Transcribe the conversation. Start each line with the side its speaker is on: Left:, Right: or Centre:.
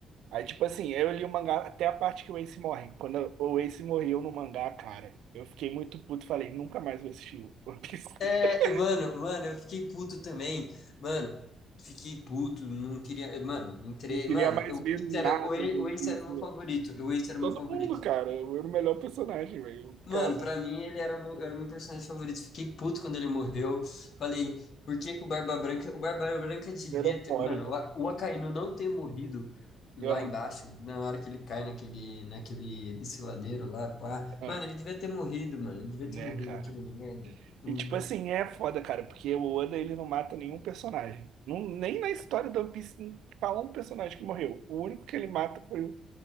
Right: Aí, tipo assim, eu li o mangá até a parte que o Ace morre. Quando o Ace morreu no mangá, cara, eu fiquei muito puto. Falei, nunca mais vou assistir One Piece.
Left: é,
Right: <laughs>
Left: mano, mano, eu fiquei puto também, mano. Fiquei puto, não queria. Mano, entrei.
Right: Não queria
Left: Mano,
Right: mais
Left: o
Right: ver
Left: Ace
Right: nada
Left: era o Ace-
Right: de One
Left: o Ace
Right: Piece.
Left: era o meu
Right: velho.
Left: favorito. O Ace era
Right: Todo
Left: o meu favorito.
Right: mundo, cara. Eu era o melhor personagem, velho. O
Left: Mano,
Right: cara
Left: pra mim ele era o meu, era o meu personagem favorito. Fiquei puto quando ele morreu. Falei, por que que o Barba Branca. O Barba Branca devia
Right: era
Left: ter.
Right: foda
Left: Mano,
Right: também.
Left: o, A- o Akainu não ter morrido lá
Right: Aham,
Left: embaixo, na hora que ele cai naquele, naquele desfiladeiro lá, pá.
Right: aham.
Left: Mano, ele devia ter morrido, mano. Ele devia
Right: Né,
Left: ter morrido,
Right: cara?
Left: aquele merda. Hum.
Right: E, tipo assim, é foda, cara, porque o Oda, ele não mata nenhum personagem. Não, nem na história do One Piece não fala um personagem que morreu. O único que ele mata foi o,